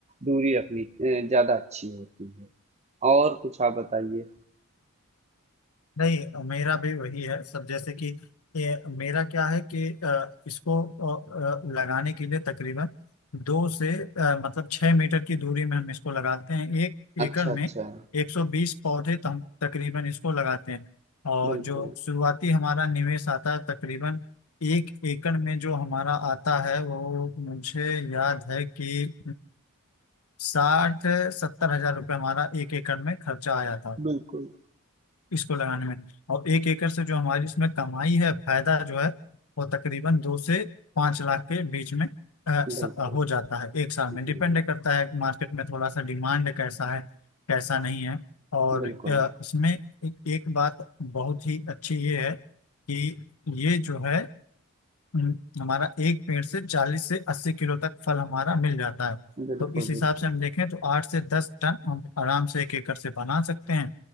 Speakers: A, on the right; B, on the left.
A: दूरी रखनी अ, ज़्यादा अच्छी होती है। और कुछ आप बताइए?
B: नहीं मेरा भी वही है सब जैसे कि ये मेरा क्या है कि अ, इसको अ, अ, लगाने के लिए तकरीबन दो से अ, मतलब छः मीटर की दूरी में हम इसको लगाते हैं एक एकड़
A: अच्छा,
B: में
A: अच्छा।
B: 120 पौधे तो हम तकरीबन इसको लगाते हैं और
A: बिल्कुल,
B: जो शुरुआती हमारा निवेश आता है तकरीबन एक एकड़ में जो हमारा आता है वो मुझे याद है कि साठ सत्तर हजार रुपये हमारा एक एकड़ में खर्चा आया था
A: बिल्कुल,
B: इसको लगाने में और एक एकड़ से जो हमारी इसमें कमाई है फायदा जो है वो तकरीबन दो से पाँच लाख के बीच में अ,
A: बिल्कुल।
B: स- अ, हो जाता है एक साल
A: जी,
B: में डिपेंड करता है मार्केट में थोड़ा सा डिमांड कैसा है कैसा नहीं है और
A: बिल्कुल,
B: अ, इसमें एक, एक बात बहुत ही अच्छी ये है कि ये जो है हम्म, हमारा एक पेड़ से चालीस से अस्सी किलो तक फल हमारा मिल जाता है
A: बिल्कुल,
B: तो इस हिसाब
A: बिल्कुल।
B: से हम देखें तो आठ से दस टन हम आराम से एक एकड़ से बना सकते हैं